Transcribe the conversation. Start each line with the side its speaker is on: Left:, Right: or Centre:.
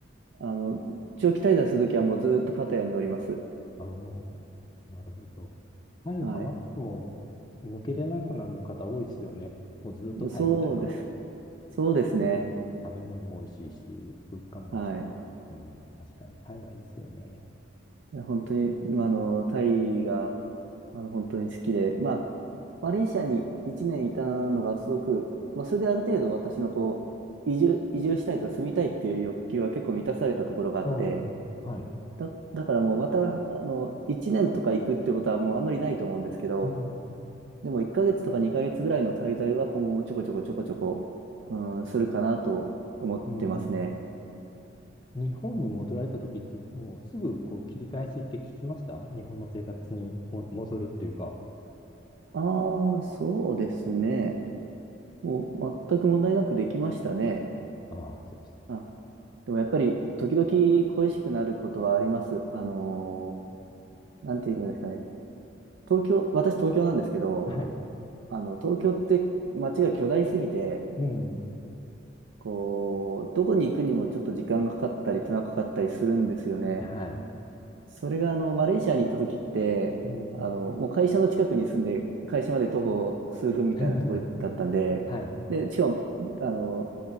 Right: あの、長期滞在するときはもうずっとパタヤにおります。
Left: あーなるほど。タイハマっても
Right: はい。
Left: 抜けれなくなる方多いですよね。もうずっとタイみたいな。
Right: そうです。そうですね。
Left: 食べ物も美味しいし、物価も安いし、
Right: はい。
Left: うん、確かにタイはいいですよね。
Right: いや、本当に、まあの、タイが、まあの、本当に好きで、まあ、マレーシアに1年いたのがすごく、まあ、それである程度私のこう、移住、移住したいとか住みたいっていう欲求は結構満たされたところがあって、
Left: おはい。
Right: だ、だからもうまた、あの、1年とか行くってことはもうあんまりないと思うんですけど、
Left: うん、
Right: でも1ヶ月とか2ヶ月ぐらいの滞在は今後もちょこちょこちょこちょこ、うん、するかなと思ってますね。
Left: うん。日本に戻られた時って、もうすぐこう切り返しって聞きました日本の生活にも戻るっていうか。
Right: ああ、そうですね。もう全く問題なくできましたね。
Left: ああ、そうです。
Right: あ、でもやっぱり時々恋しくなることはあります。あのーなんていうんですかね。東京、私東京なんですけど、
Left: はい。
Right: あの、東京って街が巨大すぎて、
Left: うん。
Right: こう、どこに行くにもちょっと時間がかかったり手間かかったりするんですよね。
Left: はい。
Right: それがあのマレーシアに行った時ってあのもう会社の近くに住んで会社まで徒歩数分みたいなところだったんで、
Left: うん。<laughs> はい。
Right: でしかもあの